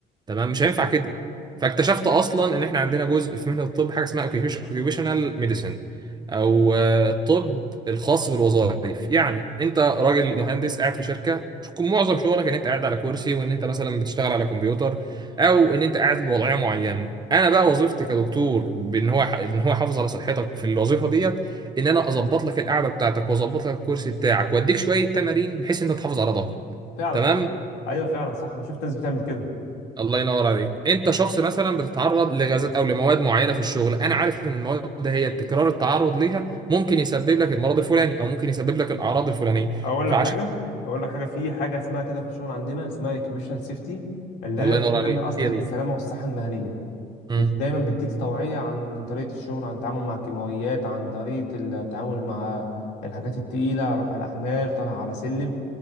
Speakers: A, on the right; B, on the left.
A: تمام مش هينفع كده فاكتشفت اصلا ان احنا عندنا جزء في مهنه الطب حاجه اسمها اوكيوبيشنال ميديسن او آه، الطب الخاص بالوظائف يعني انت راجل مهندس قاعد في شركه معظم شغلك ان انت قاعد على كرسي وان انت مثلا بتشتغل على كمبيوتر او ان انت قاعد في وضعيه معينه انا بقى وظيفتي كدكتور بان هو ان هو يحافظ على صحتك في الوظيفه ديت ان انا اظبط لك القعده بتاعتك واظبط لك الكرسي بتاعك واديك شويه تمارين بحيث ان انت تحافظ على ظهرك
B: فعلا
A: تمام
B: انا ايوه فعلا صح انا شفت ناس بتعمل كده
A: الله ينور عليك انت شخص مثلا بتتعرض لغازات او لمواد معينه في الشغل انا عارف ان المواد ده هي تكرار التعرض ليها ممكن يسبب لك المرض الفلاني او ممكن يسبب لك الاعراض الفلانيه
B: اقول
A: فعشان
B: لك حاجه اقول لك حاجه في حاجه اسمها كده في الشغل عندنا اسمها اوكيوبيشنال سيفتي اللي
A: الله
B: هي بتتعمل
A: ينور عليك
B: اصلا
A: هي دي
B: بالسلامه والصحه المهنيه
A: مم.
B: بت- دايما بيديك توعية عن طريقة الشغل عن التعامل مع الكيماويات عن طريقة التعامل مع الحاجات التقيلة رفع الأحمال طالع على سلم